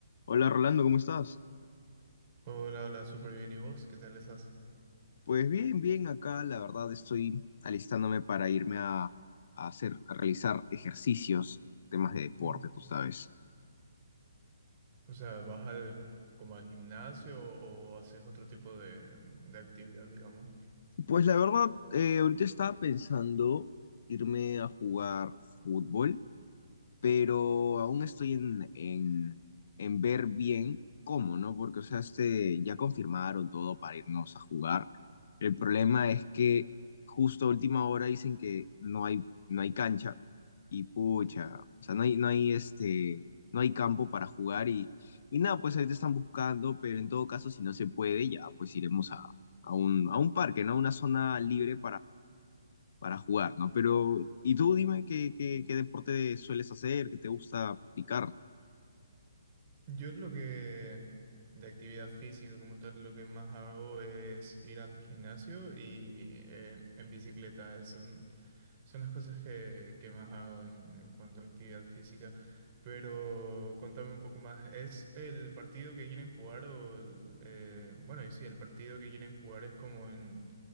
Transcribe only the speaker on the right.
Hola, hola, súper bien. ¿Y vos? ¿Qué tal estás?
Mm.
O sea, ¿vas al, como al gimnasio o haces otro tipo de, de actividad, digamos?
Yo lo que de actividad física como tal, lo que más hago es ir al gimnasio y eh, en bicicleta. eh, Son, son las cosas que, que más hago en, en cuanto a actividad física. Pero contame un poco más. ¿Es el partido que quieren jugar o el, eh, bueno, y sí, el partido que quieren jugar es como en,